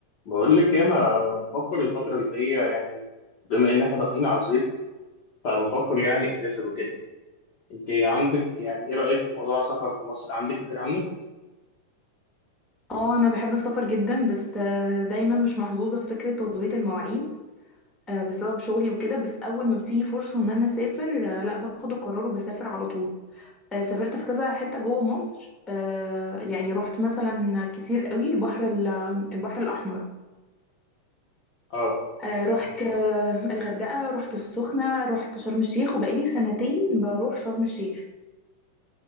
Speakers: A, on the left; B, in the centre.
A: بقول لك إيه، انا بفكر الفتره اللي جايه يعني بما ان احنا داخلين على الصيف فبفكر يعني اسافر وكده انت عندك يعني ايه رايك في موضوع السفر في مصر عندك فكره عنه
B: اه انا بحب السفر جدا بس آه، دايما مش محظوظه في فكره تظبيط المواعيد آه، بسبب شغلي وكده بس اول ما بتيجي فرصه ان انا اسافر آه، لا باخد القرار وبسافر على طول آه، سافرت في كذا حته جوه مصر آه، يعني رحت مثلا كتير قوي البحر ال- البحر الاحمر
A: اه
B: آه، رحت آه، الغردقه رحت السخنه رحت شرم الشيخ وبقالي سنتين بروح شرم الشيخ